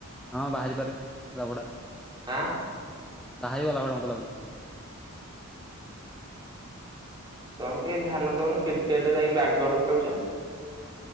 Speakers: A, in the centre; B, on the right.
A: ହଁ ବାହାରି ପାରେ ଝଗଡା।
B: ଆଁ
A: ବାହାରି ଗଲା ଭଳିଆ ମତେ ଲାଗୁଛି।
B: ତମେ ତ କାଇଁ ଧ୍ୟାନ ଦଉନ କ୍ରିକେଟ୍ ଯାଇକି ବ୍ୟାଟ୍ ବଲ୍ ଖେଳୁଛ।